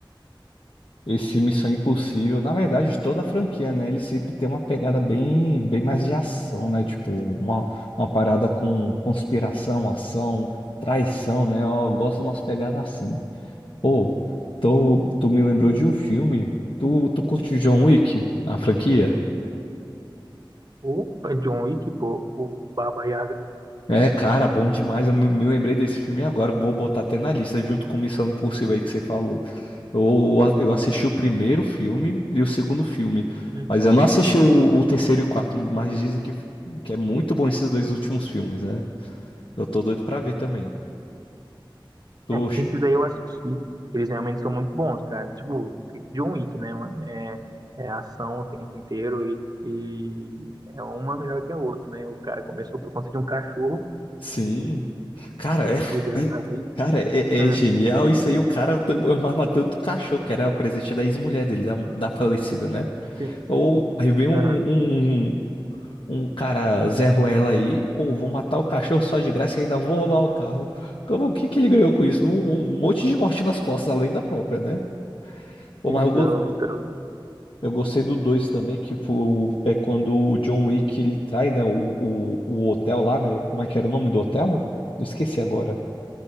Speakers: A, on the left; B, on the right.
A: Esse Missão Impossível, na verdade, toda a franquia, né? Ele sempre tem uma pegada bem, bem mais de ação, né? Tipo, uma, uma parada com conspiração, ação, traição, né? Eu gosto de umas pegadas assim. Pô, tu, tu me lembrou de um filme. Tu, tu curte John Wick, a franquia?
B: Opa, John Wick, pô, o Baba Yaga.
A: É, cara, bom demais. Eu me me lembrei desse filme agora. Vou botar até na lista, junto com Missão Impossível aí que você falou. Eu, a- eu assisti o primeiro filme e o segundo filme,
B: Hum.
A: mas eu não assisti o, o terceiro e o quarto, mas dizem que, f- que é muito bom esses dois últimos filmes, né? Eu tô doido pra ver também. Tô
B: É,
A: che-
B: esses aí eu assisti, eles realmente são muito bons, cara. Tipo, John Wick, né, mano? É, é ação o tempo inteiro e, e é uma melhor que a outra, né? O cara começou por conta de um cachorro
A: Sim. Cara, é, f-
B: e dessa
A: é-
B: vez.
A: cara, é,
B: Ah,
A: é genial. Isso aí, o cara t- amava tanto o cachorro, que era o presente da ex-mulher dele, da, da falecida, né?
B: sim, sim,
A: Ou
B: sim.
A: aí vem um,
B: Ah,
A: um um cara Zé Ruela aí, pô, vou matar o cachorro só de graça e ainda vou roubar o carro. Como, o que que ele ganhou com isso? Um, um monte de morte nas costas, além da própria, né? Pô,
B: então,
A: mas eu, go-
B: então,
A: eu gostei do 2 também, que foi, o- é quando o John Wick ele trai, né, o, o, o hotel lá, né? Como é que era o nome do hotel? Eu esqueci agora.